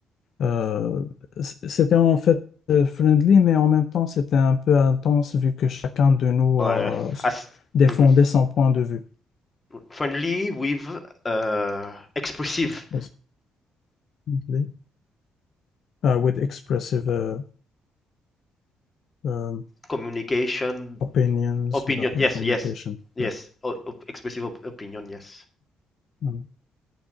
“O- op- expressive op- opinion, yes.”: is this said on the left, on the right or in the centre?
Left